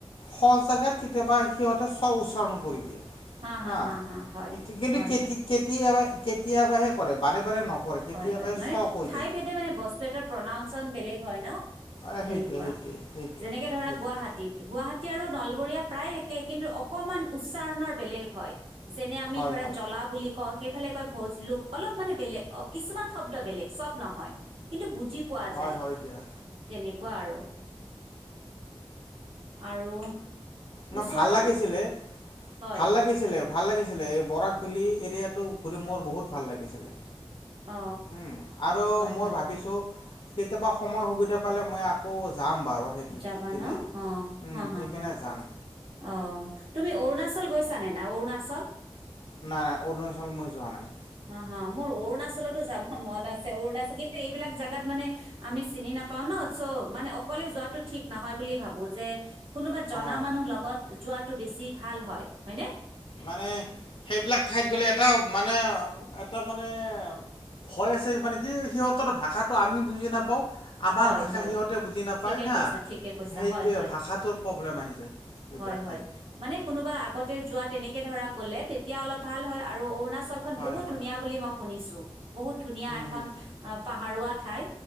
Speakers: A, on the left; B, on the right.
A: সজাগাত কেতিয়াবা সিহঁতে স্ব-উচ্চাৰণ কৰি দিয়ে।
B: হা হা
A: অ'
B: হা হা হয়
A: কিন্তু
B: হয় হয়
A: কেতিয়াব কেতিয়াবাহে কৰে বাৰে বাৰে নকৰে। কেতিয়াবাহে
B: হয় হয়, মানে
A: চ কৈ
B: ঠাই
A: দিয়ে
B: ভেদে মানে বস্তু এটাৰ প্ৰনাউনচন বেলেগ হয় ন।
A: এ
B: তেনেকুৱা
A: সেইটোৱে সেইটোৱে সেইটোৱে
B: যেনেকে ধৰা
A: সেইটোৱে
B: গুৱাহাটীত, গুৱাহাটী আৰু নল বৰীয়া প্ৰায় একে কিন্তু অকমান উচ্চাৰণৰ বেলেগ হয়। যেনে আমি
A: হয়
B: ধৰা
A: হয়
B: জ্বলা বুলি কওঁ, সেইফালে কয় ভোজলোক অলপ মানে বেলেগ। কিছুমান শব্দ বেলেগ, চব নহয় কিন্তু বুজি পোৱা
A: হয়
B: যায়
A: হয় দিয়া
B: তেনে। কুৱা আৰু। আৰু
A: ন
B: ওচৰৰ
A: ভাল লাগিছিলে
B: হয়
A: ভাল লাগিছিলে ভাল লাগিছিলে এই বৰাক ভেলি এৰিয়াটো ঘুৰি মোৰ বহুত ভাল লাগিছিলে
B: অ
A: উম আৰু
B: হয়
A: মই
B: হয়
A: ভাবিছোঁ কেতিয়াবা সময় সুবিধা পালে মই আকৌ যাম বাৰু সেইটো
B: যাবা
A: পিনে
B: ন অ
A: উম
B: হা হা
A: সেই
B: হা
A: পিনে যাম
B: অ তুমি অৰুণাচল গৈছানে নাই অৰুণাচল
A: নাই নাই অৰুণাচল মই যোৱা নাই
B: হ মোৰ অৰুণাচলতো যাব মন আছে অৰুণাচল কিন্তু এইবিলাক জাগাত মানে আমি চিনি নাপাও ন চ মানে অকলে যোৱাটো ঠিক নহয় বুলি ভাবো যে কোনোবা জনা
A: হয়
B: মানুহ লগত যোৱাটো বেছি ভাল হয় হয়নে
A: মানে সেইবিলাক ঠাইত গলে এটা মানে এটা মানে ভয় আছে মানে কি সিহঁতৰ ভাষাটো আমি বুজি নাপাওঁ আমাৰ
B: হয়
A: ভাষা
B: হয়
A: সিহঁতে বুজি নাপায়
B: ঠিকে
A: হা
B: কৈছা ঠিকে কৈছা
A: সেইটোৱে
B: হয় হয়
A: ভাষাটোৰ প্ৰব্লেম আহি যায় সেইবিলাক
B: হয় হয়
A: ঠাইত
B: মানে কোনোবা আগতে যোৱা তেনেক কে ধৰা গলে তেতিয়া অলপ ভাল হয় আৰু অৰুণাচলখন
A: হয়
B: বহুত
A: হয়।
B: ধুনীয়া বুলি মই শুনিছো বহুত ধুনীয়া
A: উম
B: এখন
A: উম
B: আহ পাহাৰোৱা ঠাই